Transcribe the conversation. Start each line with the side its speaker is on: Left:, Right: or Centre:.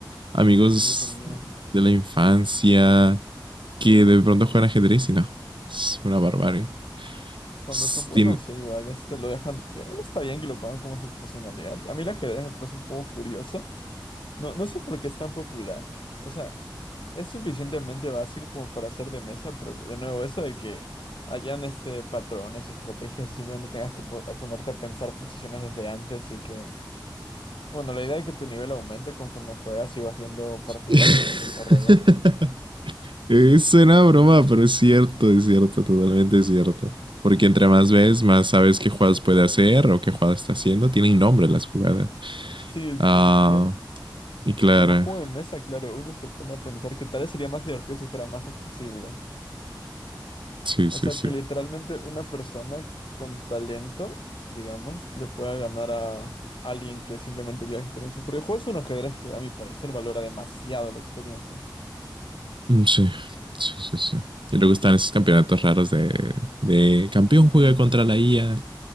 Right: Amigos
Left: Sí, sí, yo también.
Right: de la infancia que de pronto juegan ajedrez y no. Es una barbarie.
Left: Cuando
Right: Es-
Left: son buenos,
Right: tiene-
Left: sí, igual, este, lo dejan, eh, está bien que lo pongan como su personalidad. A mí el ajedrez me parece un juego curioso. No, no sé por qué es tan popular. O sea, es suficientemente básico como para hacer de mesa, pero de nuevo, eso de que hayan, este, patrones y estrategias y simplemente tengas que po- ponerte a pensar posiciones desde antes y que Bueno, la idea es que tu nivel aumente conforme juegas y vas viendo partidas,
Right: <laughs>
Left: cómo se desarrollan.
Right: Eh, suena a broma, pero es cierto, es cierto, totalmente es cierto. Porque entre más ves, más sabes qué jugadas puede hacer o qué jugadas está haciendo. Tienen nombre las jugadas.
Left: Sí, sí,
Right: Ah,
Left: y, es-
Right: y claro,
Left: y como juego de mesa, claro, uno se pone a pensar que tal vez sería más divertido si fuera más accesible.
Right: sí,
Left: O
Right: sí,
Left: sea,
Right: sí.
Left: que literalmente una persona con talento, digamos, le pueda ganar a alguien que simplemente lleva experiencia. Porque el juego es un ajedrez que a mi parecer valora demasiado la experiencia.
Right: Mm, Sí, sí, sí, sí. Y luego están esos campeonatos raros de, de campeón juega contra la IA.